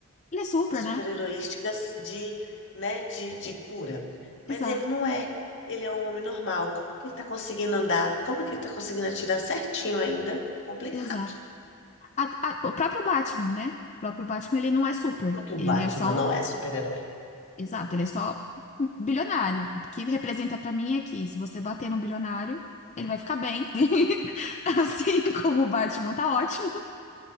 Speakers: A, on the left; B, on the left.
A: Ele é super,
B: super-heroísticas
A: né?
B: de, né, de, de cura. Mas
A: Exato,
B: ele não é. Ele é um homem normal. Como que ele tá conseguindo andar? Como que ele tá conseguindo atirar certinho ainda? Complicado.
A: exato. A- a- o próprio Batman, né? O próprio Batman, ele não é super.
B: Eu que o
A: Ele
B: Batman
A: é só
B: não é super-herói.
A: Exato, ele é só um bilionário. O que representa pra mim é que se você bater num bilionário, ele vai ficar bem. <laughs> Assim como o Batman tá ótimo,